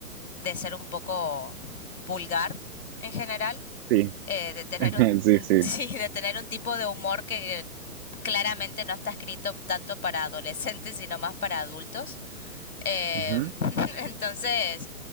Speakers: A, on the left (about 80°); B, on the right (about 40°).
A: de ser un poco vulgar en general,
B: Sí,
A: eh, de tener
B: <laughs>
A: un,
B: sí,
A: un-
B: sí.
A: <laughs> sí, de tener un tipo de humor que claramente no está escrito tanto para adolescentes, sino más para adultos. Eh,
B: Ujú,
A: <laughs> entonces,